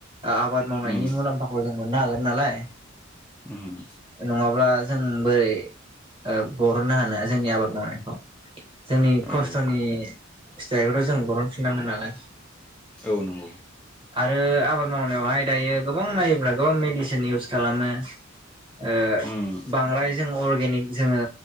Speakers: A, on the right; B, in the centre.
A: आबाद
B: उम
A: मावनायनि मुलाम्फाखौ जों मोननो हागोन नालाय ।
B: उम
A: नङाब्ला जों बोरै ओ बरननो हानो जोंनि आबाद मावनायखौ। जोंनि
B: औ
A: खस्थ'नि फिथाइखौथ' जों बरन फिननांगोन नालाय।
B: औ नंगौ
A: आरो आबाद मावनायावहाय दायो गोबां नायोब्लाथ' मेडिसिन इउस खालामो। ओ
B: उम
A: बांद्राय जोंङो अर्गेनिक जोङो